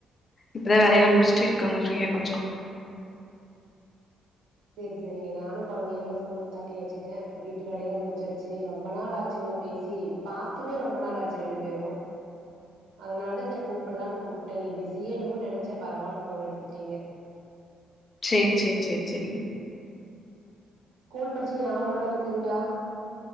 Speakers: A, on the left; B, on the right.
A: இப்பதா வேலையெல்லா முடிச்சுட்டு இருக்கங்க
B: செரி செரிங்க
A: ஃப்ரீயா கொஞ்ச
B: செரி செரிங்க நானு கொழந்தைகளா ஸ்கூலுக்கு தாட்டியாச்சுங்க வீட்டு வேலையெலா முடிச்சாச்சு ரொம்ப நாளாச்சுங்ளா பேசி பாத்துமே ரொம்ப நாள் ஆச்சு ரெண்டு பேரு அதனாலதா செரி கூப்படலானு கூப்ட்ட நீ பிஸியே என்னமோனு நெனச்ச பரவால்ல ஃபோன் எடுத்துட்டிங்க
A: சேர் சேர் சேர் செரிங்
B: ஸ்கூல் படிச்ச ஞாபமல்லா இருக்குங்ளா